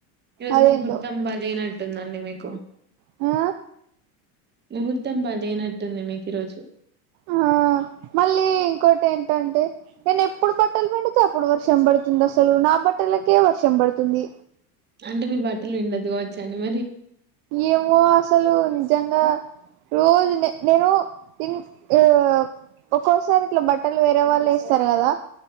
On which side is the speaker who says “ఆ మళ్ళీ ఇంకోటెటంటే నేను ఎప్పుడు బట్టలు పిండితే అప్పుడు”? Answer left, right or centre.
Right